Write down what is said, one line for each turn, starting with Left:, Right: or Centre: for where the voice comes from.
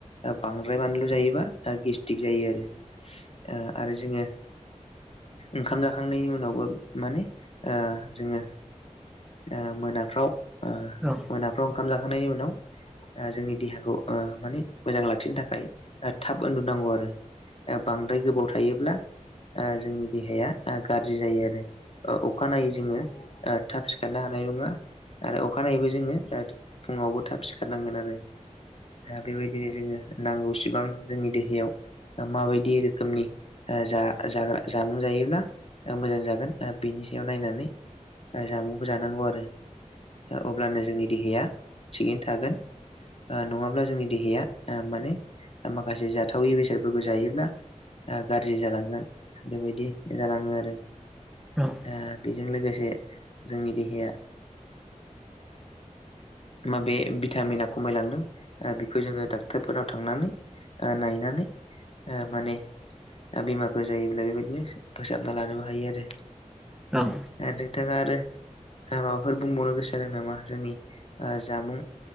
Left: बांद्राय बानलु जायोबा गेसटिक जायो आरो। ओ आरो जोङो ओंखाम जाखांनायनि उनावबो माने ओ जोङो ओ मोनाफ्राव ओ
Centre: औ।
Left: नाफ्राव ओंखाम जाखांनायनि उनाव जोंनि देहाखौ ओ माने मोजां लाखिनो थाखाय थाब उन्दुनांगौ आरो। बांद्राय गोबाव थायोब्ला ओ जोंनि देहाया ओ गाज्रि जायो आरो। अखानायै जोङो ओ थाब सिखारनो हानाय नङा आरो अखानायैबो जोङो फुङावबो थाब सिखारनांगोन आरो। दा बेबाय बिदिनो जोङो नांगौसिबां जोंनि देहायाव ओ माबायदि रोखोमनि जा-जाग्रा-जामुं जायोब्ला मोजां जागोन ओ बेनि सायाव नायनानै जामुं जानांगौ आरो अब्लानो जोंनि देहाया थिगैनो थागोन। ओ नङाब्ला जोंनि देहाया ओ माने माखासे जाथावै बेसादफोरखौ जायोब्ला ओ गाज्रि जालांगोन बेबायदि जालाङो आरो।
Centre: औ।
Left: ओ बेजों लोगोसे जोंनि देहाया माबे भिटामिना खमायलांदों बेखौ जोङो डाक्टरफोरनाव थांनानै ओ नायनानै ओ माने दा बेमारफोर जायोब्ला बेबायदिनो फोसाबना लानोबो हायो आरो।
Centre: औ।
Left: नोंथाङा आरो माबाफोर बुंबावनो गोसो जादों नामा जोंनि जामुं